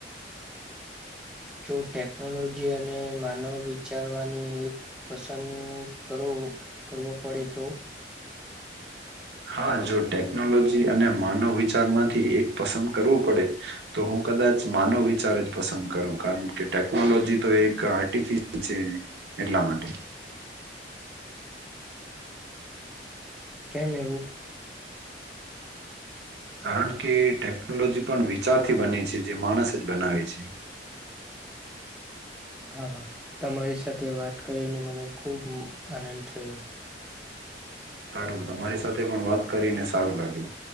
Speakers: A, in the centre; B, on the right.
A: જો ટેકનોલોજી અને માનવ વિચારવાની એક પસંદ કરો. કરવો પડે તો?
B: હા જો ટેકનોલોજી અને માનવ વિચાર માંથી એક પસંદ કરવું પડે, તો હું કદાચ માનવ વિચાર જ પસંદ કરો કારણ કે ટેકનોલોજી તો એક આર્ટિફિશયલ છે. એટલા માટે.
A: કેમ એવું?
B: કારણ કે ટેકનોલોજી પણ વિચારથી બને છે જે માણસ જ બનાવે છે. <inaudible>
A: હા તમારી સાથે વાત કરીને મને ખૂબ આનંદ થયો.
B: સારું તમારી સાથે પણ વાત કરીને સારું લાગ્યું.